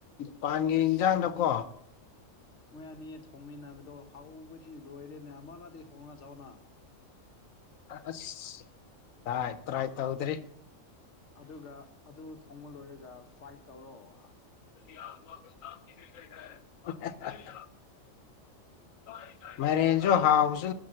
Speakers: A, on the left; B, on the left.
A: ꯄꯥꯡꯒꯤ
B: ꯑꯁ
A: ꯌꯦꯟꯖꯥꯡꯗꯀꯣ
B: ꯃꯣꯏ ꯃꯣꯏ ꯑꯅꯤ ꯊꯣꯡꯃꯤꯟꯅꯕꯗꯣ ꯍꯥꯎꯧꯕꯗꯤ ꯂꯣꯏꯔꯦꯅꯦ ꯑꯃ ꯂꯗꯤ ꯍꯣꯡꯅ ꯁꯥꯎꯅ
A: ꯑꯁ ꯑ ꯏ ꯇ꯭ꯔ ꯍꯥꯏꯥꯏꯇ ꯍꯗ꯭ꯔꯤ
B: ꯑꯗꯨꯒꯥ ꯑꯗꯨ ꯊꯣꯡꯕ ꯂꯣꯏꯔꯒꯥ ꯐ꯭ꯔꯥꯏ ꯇꯧꯔꯛꯑꯣ
A: <inaudible> ꯃ ꯑꯗꯨ ꯍꯥꯎꯁꯨ